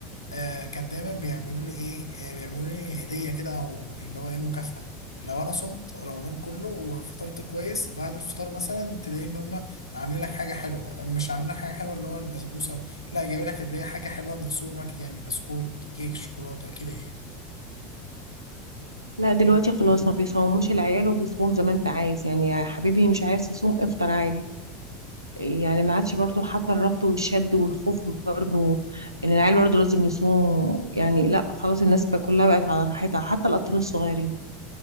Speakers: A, on the left; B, on the right.
A: آه كان دايما بيعملوا لي ايه آه بيعملوا لي هديه كده او اللي هو ايه مكافاه لو انا صمت رمضان كله وفطرت كويس بعد الفطار مثلا تلاقي ان هم عاملين لك حاجه حلوه مش عاملين لك حاجه حلوه اللي هو البسبوسه لا جايب لك اللي هي حاجه حلوه من السوبر ماركت يعني بسكوت كيك شوكولاته كده يعني
B: لا دلوقتي خلاص ما بيصوموش العيال وبيصوموا زي ما انت عايز يعني يا حبيبي مش عايز تصوم افطر عادي يعني ما عادش برضو حتى الربط والشد والخوف برضو ان العيال برضو لازم يصوم يعني لا خلاص الناس بقى كلها بقت على راحتها حتى الاطفال الصغيرين